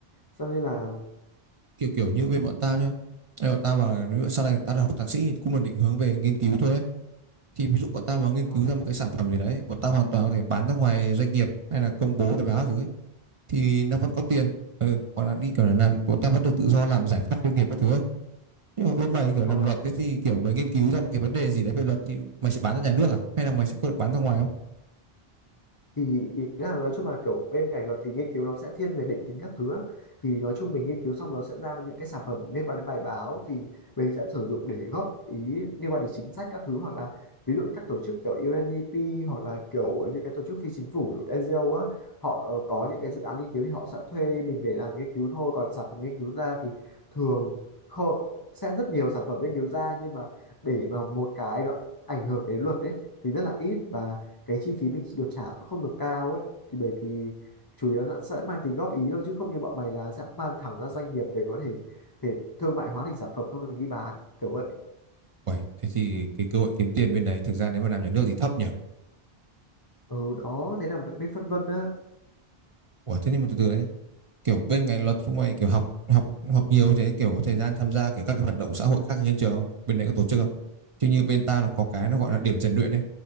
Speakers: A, on the left; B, on the right.
A: xong như là
B: kiểu kiểu như bên bọn tao nhá Ê, bọn tao mà nếu sau này tao học thạc sĩ thì cũng là định hướng về nghiên cứu thôi ấy. thì ví dụ bọn tao mà nghiên
A: ờ
B: cứu ra một cái sản phẩm gì đấy bọn tao hoàn toàn có thể bán ra ngoài doanh nghiệp hay là công bố bài báo thứ ấy. thì nó vẫn có tiền ừ, hoặc là đi kiểu là làm bọn tao vẫn được tự do làm giải pháp doanh nghiệp các thứ ấy. Nhưng mà bên mày kiểu
A: ờ
B: làm luật
A: ờ
B: thế thì kiểu mày nghiên cứu ra một cái vấn đề gì đấy về luật thì mày sẽ bán ra nhà nước à? Hay là mày sẽ có được bán ra ngoài không?
A: thì ý là nói chung là kiểu bên ngành luật thì nghiên cứu nó sẽ thiên về định tính các thứ á. thì nói chung mình nghiên cứu xong nó sẽ ra những cái sản phẩm liên quan đến bài báo thì mình sẽ sử dụng để góp ý liên quan đến chính sách các thứ hoặc là ví dụ các tổ chức kiểu UNDP hoặc là kiểu những cái tổ chức phi chính phủ NGO á họ ờ, có những cái dự án nghiên cứu thì họ sẽ thuê mình về làm nghiên cứu thôi còn sản phẩm nghiên cứu ra thì thường kho- sẽ rất nhiều sản phẩm nghiên cứu ra nhưng mà để mà một cái nó ảnh hưởng đến luật đấy thì rất là ít và cái chi phí mình được trả nó không được cao ấy thì bởi vì chủ yếu nó sẽ mang tính góp ý thôi chứ không như bọn mày là sẽ mang thẳng ra doanh nghiệp để có thể thể thương mại hóa thành sản phẩm xong mình đi bán kiểu vậy
B: Uầy, thế thì cái cơ hội kiếm tiền bên đấy thực ra nếu mà làm nhà nước thì thấp nhỉ?
A: ừ đó thế là mới phân vân á
B: Ủa thế nhưng mà từ từ đấy nhé. Kiểu bên ngành luật chúng mày kiểu học học học nhiều thế kiểu có thời gian tham gia kiểu các cái hoạt động xã hội khác trên trường không? Bên đấy có tổ chức không? Chứ như bên tao là có cái nó gọi là điểm rèn luyện đấy.